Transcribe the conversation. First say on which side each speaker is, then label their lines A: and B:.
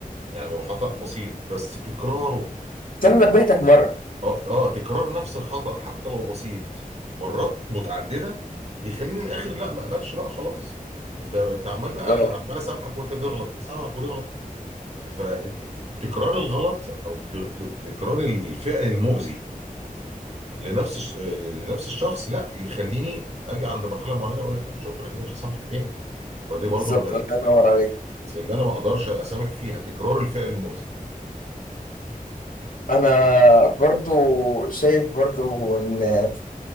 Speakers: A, on the right; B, on the left.
A: يعني هو خطأ بسيط بس تكراره
B: بس انا نبهتك مره
A: اه اه تكرار نفس الخطأ حتى لو بسيط مرات متعددة يخليني الاخر لا ما اقبلش بقى خلاص انت انت عمال بقى
B: بالظبط
A: انا عمال اسامحك وانت تغلط اسامحك وتغلط فتكرار الغلط او ت... ت... تكرار الفعل المؤذي لنفس الش... لنفس الشخص لا يخليني اجي عند مرحلة معينة اقول لك لا شكرا انا كده مش هسامحك تاني فدي
B: بالظبط،
A: برضو من
B: الله ينور عليك
A: اللي انا ما اقدرش اسامح فيها تكرار الفعل المؤذي
B: انا برضو شايف برضو ان